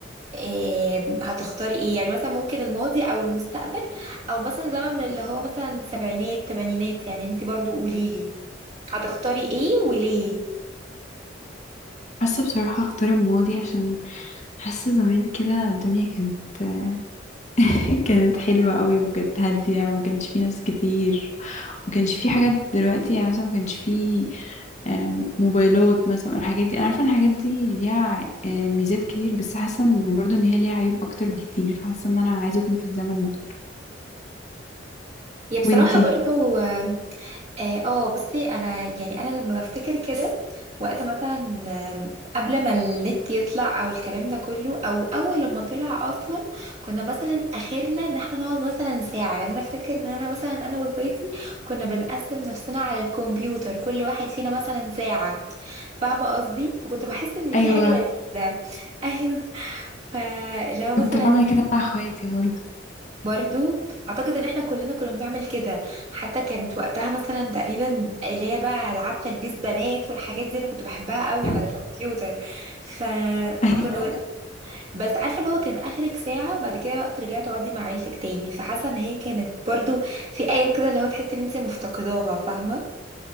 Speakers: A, on the right; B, on the left.
A: آه، هتختاري ايه يعني مثلا ممكن الماضي أو المستقبل أو مثلا زمن من اللي هو مثلا سبعينات تمانينات يعني انتي برضو قوليلي هتختاري ايه وليه
B: حاسة بصراحة اختار الماضي عشان حاسة زمان كده الدنيا كانت آه، <laughs> كانت حلوة قوي وكانت هادية وما كانش فيه ناس كتير ما كانش فيه حاجات دلوقتي يعني مثلا ما كانش فيه آه، موبايلات مثلا الحاجات دي انا عارفة ان الحاجات دي ليها آه، ميزات كتير بس حاسة ان برضو ان هي ليها عيوب اكتر بكتير فحاسة ان انا عايزة اكون في الزمن ده
A: هي بصراحة
B: وانتي
A: برضو اه آه، بصي انا يعني انا لما بفتكر كده وقت مثلا آم، قبل ما النت يطلع او الكلام ده كله او اول لما طلع اصلا كنا مثلا اخرنا ان احنا نقعد مثلا ساعه لان انا افتكر ان انا مثلا انا واخواتي كنا بنقسم نفسنا على الكمبيوتر كل واحد فينا مثلا ساعه فاهمه قصدي فكنت بحس ان
B: ايوه
A: في حاجه لذيذه <laughs> ايوه فلو مثلا
B: كنت بعمل
A: ايه
B: كده مع اخواتي برضو
A: برضو اعتقد ان احنا كلنا كنا بنعمل كده حتى كانت وقتها مثلا تقريبا اللي هي بقى العاب تلبيس بنات والحاجات دي انا كنت بحبها قوي
B: <laughs>
A: على الكمبيوتر فكنا
B: ايوه
A: أيوة. بس عارفه اللي هو كان اخرك ساعه وبعد كده بقى بترجعي تقعدي مع عيلتك تاني فحاسه ان هي كانت برضو في ايام كده اللي هو تحسي ان انت مفتقداها فاهمه